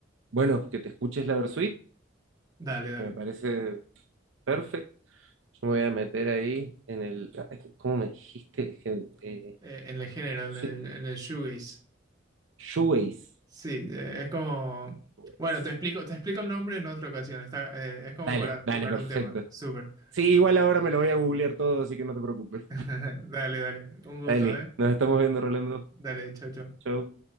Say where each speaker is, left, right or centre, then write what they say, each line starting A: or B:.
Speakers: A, on the right (about 80°); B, on the right (about 20°).
A: bueno, que te escuches la Versuit,
B: Dale, dale.
A: que me parece perfecto. Yo me voy a meter ahí en el. ay, ¿Cómo me dijiste? Es que, Eh,
B: Eh, en el género,
A: sui-
B: en el, en el shoegaze.
A: shoegaze.
B: Sí, eh, es como...
A: Shoegaze.
B: Bueno, te explico, te explico el nombre en otra ocasión. Está, eh, es como
A: Dale,
B: para
A: dale,
B: tocar
A: perfecto.
B: un tema. Súper.
A: Sí, igual ahora me lo voy a googlear todo, así que no te preocupes.
B: <laughs> Dale, dale. Un gusto,
A: Dale,
B: ¿eh?
A: nos estamos viendo, Rolando.
B: Dale, chao, chao.
A: Chau.